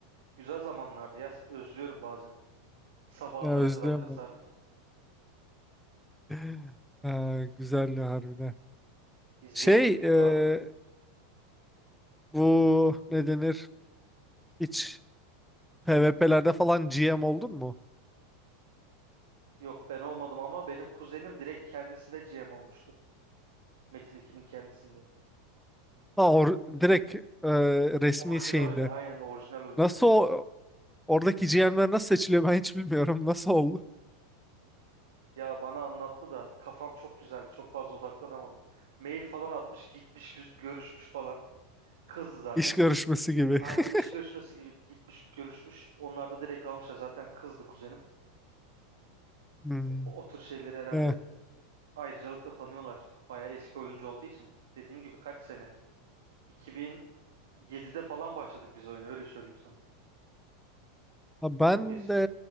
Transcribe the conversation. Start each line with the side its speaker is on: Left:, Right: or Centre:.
Right: Güzel zamanlardı ya. Özlüyorum bazen. Sabahlara
Centre: Ya özlüyorum
Right: kadar kasardık.
Centre: ben. <laughs> Ha, güzeldi harbiden.
Right: Bir zehrimiz
Centre: Şey e,
Right: vardı.
Centre: bu ne denir? Hiç PvP'lerde falan GM oldun mu?
Right: Yok ben olmadım ama benim kuzenim direkt kendisinde GM olmuştu. Metin 2'nin kendisinde.
Centre: Ha, or direkt e, resmi
Right: Orijinal
Centre: şeyinde.
Right: oyunda aynen orijinal oyununda.
Centre: Nasıl o Oradaki GM'ler nasıl seçiliyor ben hiç bilmiyorum. Nasıl oldu?
Right: Ya bana anlattı da kafam çok güzeldi. Çok fazla odaklanamadım. Mail falan atmış gitmiş gü- görüşmüş falan. Kızdı zaten.
Centre: İş görüşmesi gibi.
Right: Aynen
Centre: <laughs>
Right: iş görüşmesi gibi gitmiş görüşmüş. Onlar da direkt almışlar. Zaten kızdı kuzenim.
Centre: Hmm.
Right: O, o tür şeyleri herhalde
Centre: Eh.
Right: ayrıcalıkla tanıyorlar. Bayağı eski oyuncu olduğu için. Dediğim gibi kaç sene? 2007'de falan başladık biz oyuna öyle söyleyeyim sana.
Centre: Ha, Ben
Right: Çok eski.
Centre: de